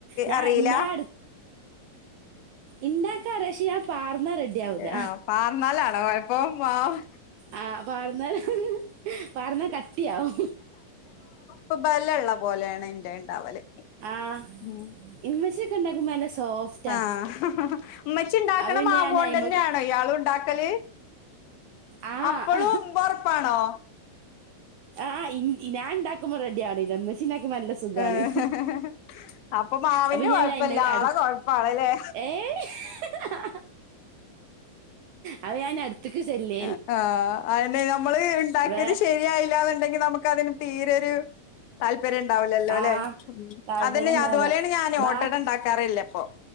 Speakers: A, on the right (about 75°); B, on the left (about 80°).
A: ഞാൻ
B: അറിയില്ല
A: ഞാൻ അട് ഇണ്ടാക്കാറിയാ പക്ഷെ ഞാ വാർന്നാ റെഡിയാവുല്ല
B: ആഹ് പാർന്നാലാണോ കൊഴപ്പം മാവ്
A: ആ വാർന്നാൽ വാർന്നാൽ കട്ടിയാവും
B: ഇപ്പൊ ബലുള്ള പോലെയാണ് എന്റെ ഇണ്ടാവല്
A: ആഹ്
B: ഉം
A: ഇമ്മച്ചോക്കെണ്ടാക്കുമ്പ നല്ല സോഫ്റ്റാ
B: ആഹ് ഉമ്മച്ചി ഇണ്ടാക്കണ
A: അതെന്നെയായിമ്മാക്ക്
B: മാവോണ്ടന്നെയാണോ ഇയാളും ഇണ്ടാക്കല്
A: ആഹ
B: അപ്പളും ഒറപ്പാണോ
A: ആഹ് ഇഞാൻ ണ്ടാക്കുമ്പം റെഡിയാവ്ണില്ല ഉമ്മച്ചീണ്ടാക്കുമ്പോ നല്ല സുഖാണ്
B: ഏഹ് അപ്പൊ മാവിന്റെ
A: അപ്പഞാൻ
B: കൊഴപ്പല്ല
A: പിന്നടു
B: ആളെ കൊഴപ്പാണ്ല്ലേ
A: ഏ ഹഹഹഹ അപ്പഞാൻ അടുത്ത്ക്ക് ചെല്ലി
B: ആ ആഹ് അതെന്നെ നമ്മള് ഇണ്ടാക്കിയത്
A: വേ
B: ശരിയായില്ലന്നുണ്ടെങ്കി നമുക്ക് അതിന് തീരൊരു താല്പര്യണ്ടാവില്ലല്ലോല്ലെ
A: ആ
B: ഉം
A: താല്പര്യം
B: അതന്നെ
A: ഇണ്ടാവൂല
B: അതുപോലെയാണ് ഞാൻ
A: ബാക്കി
B: ഓട്ടടണ്ടാക്കാറില്ലപ്പൊ